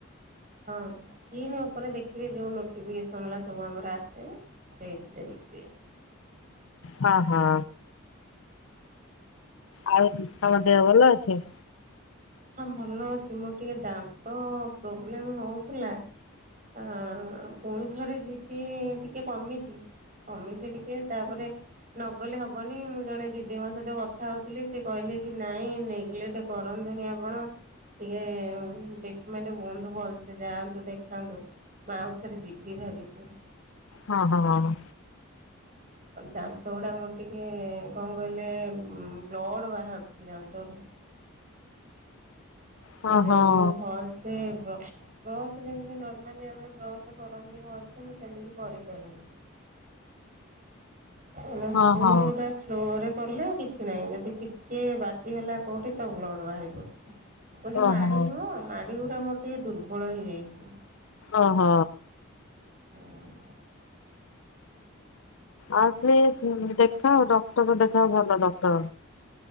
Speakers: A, on the right; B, on the left.
A: ହଁ ସ୍କ୍ରନ୍ ଉପରେ ଦେଖିବେ ଯୋଉ ନୋଟିଫିକେସନରା ସବୁ ଆମର ଆସେ ସେଥିରେ ଦେ ସେ
B: ହଁ ହଁ। ଆଉ ତମ ଦେହ ଭଲ ଅଛି।
A: ହଁ ଭଲ ଅଛି ମୋର ଟିକେ ଦାନ୍ତ ପ୍ରୋବ୍ଲେମ ହଉଥିଲା। ଆ ପୁଣିଥରେ ଯିବି ଟିକେ କମିଛି। କମିଛି ଟିକେ ତାପରେ ନଗଲେ ହବନି ମୁଁ ଜଣେ ଦିଦି ମୋ ସହିତ କଥା ହଉଥିଲି ସେ କହିଲେ କି ନାଇଁ ନେଗଲେକ୍ଟ କରନ୍ତୁନି ଆ ଆପଣ ଟିକେ ଟ୍ରିଟମେଣ୍ଟ ହୁଅନ୍ତୁ ଭଲସେ ଯାଆନ୍ତୁ ଦେଖାନ୍ତୁ ମା ଆଉ ଥରେ ଯିବି ଭାବିଛି।
B: ହଁ ହଁ।
A: ଦାନ୍ତ ଗୁଡା ମୋର ଟିକେ କଣ କହିଲେ ବ୍ଲଡ ବାହାରୁଛି ଦାନ୍ତ ଓହୋ।
B: ହଁ
A: ମାନେ
B: ହଁ।
A: ମୁଁ ଭଲ ସେ ବ୍ର ବ୍ରସ୍ ଯେମିତି ନର୍ମାଲି ଆମେ ବ୍ରସ କରନ୍ତି ଭଲସେ ମୁଁ ସେମିତି କରିପାରୁନି। <inaudible> ଉଁ ନା
B: ଓହୋ
A: ପୁରା ସ୍ଲୋରେ କଲେ ଆଉ କିଛି ନାହିଁ। ଯଦି ଟିକେ ବାଜିଗଲା କୋଉଠି ତ ବ୍ଲଡ ବାହାରି ପଡୁଛି। ମୋର ଯୋଉ
B: ଓହୋ
A: ମାଢ଼ି ନୁହଁ, ମାଢ଼ି ଗୁରା ମୋର ଟିକେ ଦୁର୍ବଳ ହେଇଯାଇଛି।
B: ଅହ।
A: ହୁଁ।
B: ଆସେ ଉମ୍ ଦେଖାଅ ଡକ୍ଟର ଦେଖାଅ ଭଲ ଡକ୍ଟର।